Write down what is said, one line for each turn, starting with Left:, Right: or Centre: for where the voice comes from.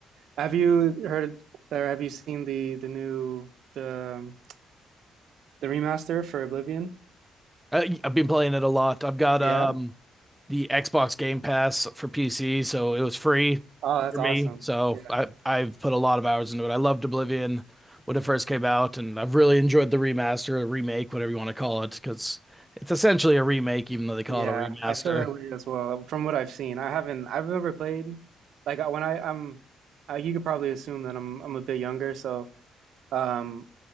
Right: Have you heard or have you seen the the new the um, the remaster for Oblivion?
Centre: I, I've been playing it a lot. I've got
Right: Yeah.
Centre: um the Xbox Game Pass for PC, so it was free
Right: Oh, that's
Centre: for
Right: awesome.
Centre: me. So
Right: Yeah.
Centre: I I've put a lot of hours into it. I loved Oblivion when it first came out, and I've really enjoyed the remaster, or remake, whatever you want to call it, because it's essentially a remake, even though they call
Right: Yeah,
Centre: it a remaster.
Right: I feel that way as well. From what I've seen, I haven't I've never played like I- when I I'm I, you could probably assume that I'm I'm a bit younger, so um